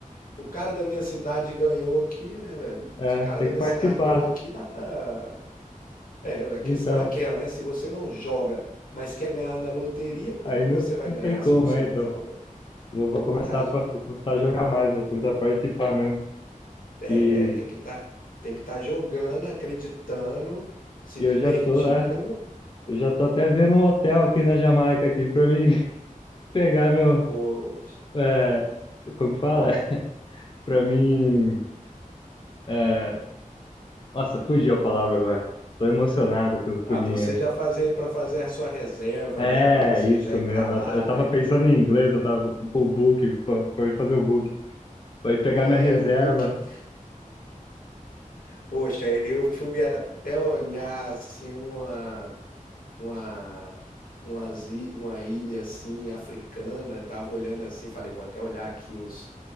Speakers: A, on the left; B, on the left.
A: O cara da minha cidade ganhou aqui, né, velho?
B: É,
A: Se o cara
B: tem
A: da
B: que
A: minha
B: participar.
A: cidade ganhou aqui, dá pra. É, a questão
B: Então,
A: é aquela, né? Se você não joga, mas quer ganhar na loteria, como
B: aí
A: que
B: não,
A: você vai
B: não
A: ganhar
B: tem como,
A: se você
B: é,
A: não
B: então.
A: joga?
B: Vou, vou começar
A: Caso,
B: pra, vou começar a jogar mais, vou começar a participar mesmo.
A: é,
B: E,
A: tem que estar, tem que estar jogando, acreditando, se
B: e
A: divertindo.
B: eu já tô, é, eu já tô até vendo um hotel aqui na Jamaica aqui pra mim <laughs> pegar meu,
A: Poxa.
B: é, como que fala? <laughs> Pra mim, é, Nossa, fugiu a palavra agora. Tô emocionado com, com
A: Ah,
B: o dinheiro.
A: pra você já fazer, pra fazer a sua reserva,
B: É,
A: né? Pra você
B: isso
A: já ir
B: mesmo.
A: pra lá,
B: Eu, ta- eu tava
A: né?
B: pensando em inglês, eu tava com o book, pra pra eu fazer o book. Pra ir pegar
A: É
B: minha reserva,
A: o Booking. Poxa, eu fui até olhar assim uma uma, umas i- uma ilha assim africana, tava olhando assim, falei, vou até olhar aqui os